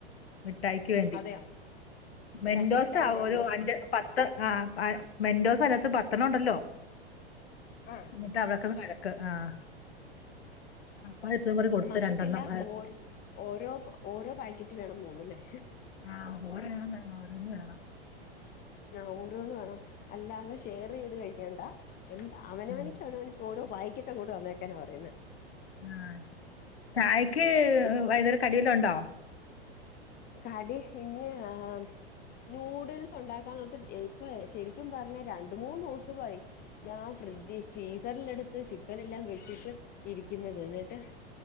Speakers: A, on the left (about 75°); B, on the left (about 30°).
A: മിഠായിക്ക് വേണ്ടി
B: അതെയാ
A: മെൻഡോസ്
B: രണ്ട് മിഠായി ഇല്ലായിരുന്നോ
A: ഒരു അന്റെ പത്ത് ആഹ് മെൻഡോസ് അതിനകത്ത് പത്തെണ്ണം ഉണ്ടല്ലോ
B: ആഹ്
A: ട്ട അവിടെക്കടന്ന് വഴക്ക് ആഹ് കപ്പായത്ത പറഞ് കൊടുത്ത്
B: മക്കൾക്കെല്ലാം
A: രണ്ടെണ്ണം
B: ഓരോ ഓരോ ഓരോ പാക്കറ്റ് വേണം തോന്നുന്നല്ലേ
A: ആഹ് ഓരോന്ന് വേണം ഓരോന്ന് വേണം
B: ആഹ് ഓരോന്ന് വേണം അല്ലാതെ ഷെയർ ചെയ്ത് കഴിക്കണ്ടാ എന്ത അവനവനിക്ക
A: ഉം.
B: അവനവന ഓരോ പായിക്കറ്റ് അങ്ങോട്ട് തന്നേക്കാനാ പറയുന്നെ
A: ആഹ് ചായക്ക്
B: ഇപ്പ
A: വൈന്നേരം കടി വെല്ലോ ഉണ്ടോ
B: കടി ഇനി ആഹ് നൂഡിൽസ് ഉണ്ടാക്കാന്ന് ഓർത്ത് ശരിക്കും പറഞ്ഞ രണ്ട മൂന്നൂസായി ഞാൻ ഫ്രിഡ്ജിൽ ഫീസറില് എടുത്ത് ചിക്കൻ എല്ലാം വെച്ചിട്ട് ഇരിക്കുന്നത് എന്നിട്ട്